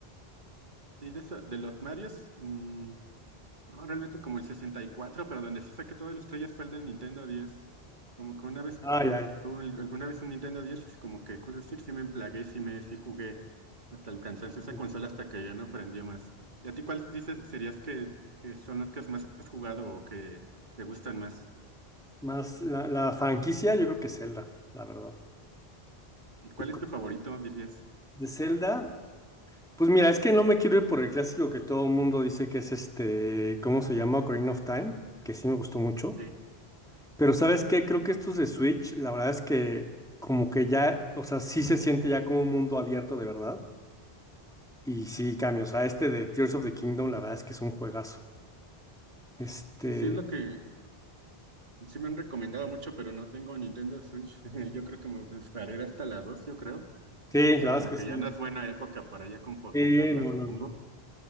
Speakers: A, on the right; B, in the centre.
A: Sí, de, eso- de los Marios, mm, no, realmente como el sesenta y cuatro pero donde sí saqué todas las estrellas fue el del Nintendo diez Como que una vez,
B: Ah,
A: pues
B: ya, ya.
A: tuve el- alguna vez un Nintendo diez y es como que, pues decir, sí me emplagué, sí me, sí jugué hasta el cansancio esa
B: ok.
A: consola hasta que ya no aprendía más. ¿Y a ti cuáles dices serías que, que son las que más has jugado o que te gustan más?
B: Más la, la franquicia, yo creo que Zelda, la verdad.
A: ¿Y cuál
B: Y co-
A: es tu favorito, dirías?
B: De Zelda. Pues mira, es que no me quiero ir por el clásico que todo el mundo dice que es este, ¿cómo se llama? Ocarina of Time, que sí me gustó mucho.
A: Sí,
B: Pero ¿sabes qué? Creo que estos de Switch, la verdad es que como que ya, o sea, sí se siente ya como un mundo abierto de verdad. Y sí cambia, o sea, este de Tears of the Kingdom, la verdad es que es un juegazo. Este,
A: sí, sí, es lo que Sí me han recomendado mucho, pero no tengo Nintendo Switch. <laughs> Yo creo que me esperaré hasta la 2, yo creo.
B: sí,
A: Y ahorita
B: la
A: como
B: verdad es que
A: que
B: sí.
A: ya no es buena época para ya comp-
B: Sí,
A: comprarla,
B: no,
A: supongo.
B: no, no.